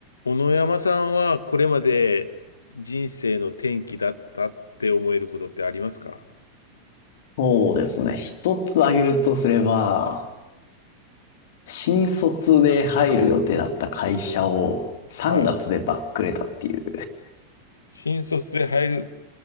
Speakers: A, on the left; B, on the left.
A: 小野山さんはこれまで人生の転機だったって思えることってありますか
B: そうですね。一つ挙げるとすれば、新卒で入る予定だった会社を3月でバックれたっていう。
A: はい。新卒で入る